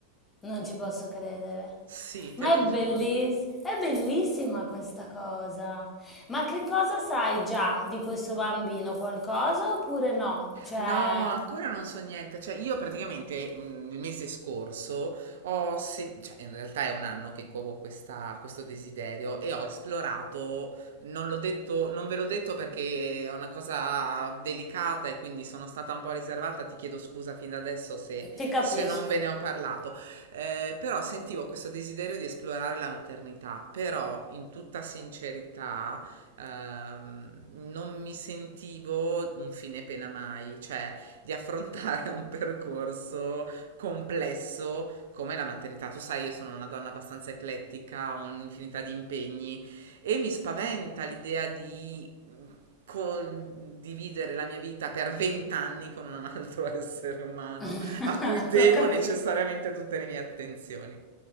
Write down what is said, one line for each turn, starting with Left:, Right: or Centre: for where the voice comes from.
Left: Non ci posso credere.
Right: Sì,
Left: Ma
Right: te lo
Left: è belliss-
Right: giuro.
Left: è bellissima questa cosa. Ma che cosa sai già di questo bambino? Qualcosa oppure no? Cioè,
Right: No, ancora non so niente. Cioè, io praticamente mm, il mese scorso ho, sen- cioè, in realtà è un anno che covo questa- questo desiderio e ho esplorato, non l'ho detto, non ve l'ho detto perché è una cosa delicata e quindi sono stata un po' riservata. Ti chiedo scusa fin da adesso se,
Left: ti capisco.
Right: se non ve ne ho parlato. Eh, però sentivo questo desiderio di esplorare la maternità, però in tutta sincerità ehm, non mi sentivo un fine pena mai, cioè di affrontare <laughs> un percorso complesso come la maternità. Tu sai, io sono una donna abbastanza eclettica, ho un'infinità di impegni e mi spaventa l'idea di condividere la mia vita per vent'anni con un altro <laughs> essere umano
Left: <laughs>
Right: a cui devo
Left: Lo capisco.
Right: necessariamente tutte le mie attenzioni.